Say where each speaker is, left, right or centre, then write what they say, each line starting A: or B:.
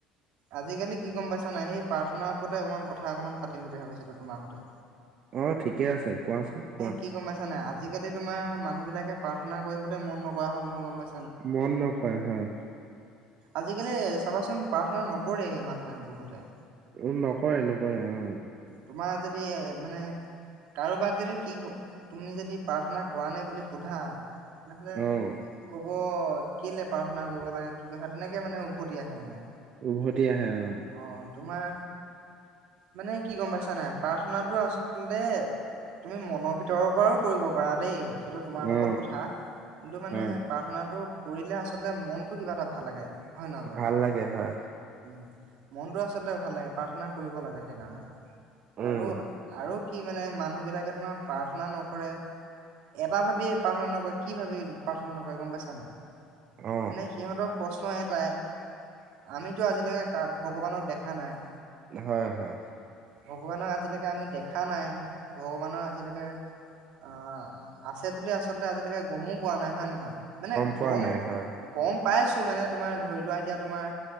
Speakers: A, on the right (about 70°); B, on the right (about 45°).
A: আজিকালি কি গম পাইছা নাই সেই প্ৰাৰ্থনাৰ ওপৰতে অকণমান কথা অকমান পাতিম বুলি ভাবিছিলো তোমাৰ হতে
B: অ ঠিকে আছে কোৱাচোন কোৱা
A: কি গম পাইছা নাই আজিকালি তোমাৰ মানুহবিলাকে প্ৰাৰ্থনা কৰিবলৈ মন নকৰা হ'ল নহয় গম পাইছে
B: মন নকয়, হয়।
A: আজিকালি চাবাচোন প্ৰাৰ্থনা নকৰেই মানুহে বহুতে
B: উম' নকয় অ'।
A: তোমাৰ যদি, মানে। কাৰোবাক যদি কি তুমি যদি প্ৰাৰ্থনা কৰা নে বুলি সোধা তেনেহলে
B: অহ
A: ক'ব কেলে পাৰা নাই। কৰিব লাগে কি কথা তেনেকে মানে উভতি আহে মানে
B: উভতি আহে, অহ।
A: অ তোমাৰ, মানে কি গম পাইছা নাই, প্ৰাৰ্থনাটো আচলতে। তুমি মনৰ ভিতৰৰ পৰাও কৰিব পাৰা দেই সেইটো তোমাৰ
B: অহ
A: লগত কথা, কিন্তু মানে
B: হয়
A: প্ৰাৰ্থনাটো কৰিলে আচলতে মনতটো কিবা এটা ভাল লাগে। হয় নহয় বাৰু
B: ভাল লাগে হয়
A: উম মনটো আচলতে ভাল লাগে প্ৰাৰ্থনা কৰিব লাগে সেইকাৰণে আৰু
B: উম
A: আৰু কি মানে, মানুহ বিলাকে তোমাৰ প্ৰাৰ্থনা নকৰে। এটা ভাবিয়ে প্ৰাৰ্থনা নকৰে কি ভাবি প্ৰাৰ্থনা নকৰে গম পাইছা নাই
B: অহ
A: এনে সিহঁতৰ প্ৰশ্ন এটাই, আমিতো আজিলৈকে ভগৱানক দেখা নাই।
B: হয় হয়
A: ভগৱানক আজিলৈকে আমি দেখা নাই, ভগৱানৰ আজিলৈকে অ আছে বুলি আচলতে আজিলৈকে গমো পোৱা নাই, হয় নহয়? হয় মানে
B: পোৱা
A: গম
B: নাই হয়
A: গম পাইছো মানে তোমাৰ ধৰি লোৱা এতিয়া তোমাৰ